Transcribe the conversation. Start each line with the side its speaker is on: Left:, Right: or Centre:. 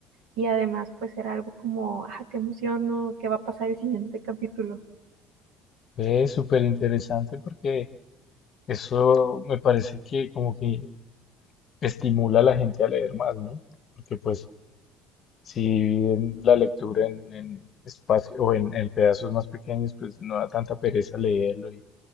Right: y además pues era algo como, ah, qué emoción, ¿no? ¿Qué va a pasar el siguiente capítulo?
Left: Es súper interesante porque eso me parece que como que estimula a la gente a leer más, ¿no? Porque pues si dividen la lectura en, en espacio o en, en pedazos más pequeños, pues no da tanta pereza leerlo y,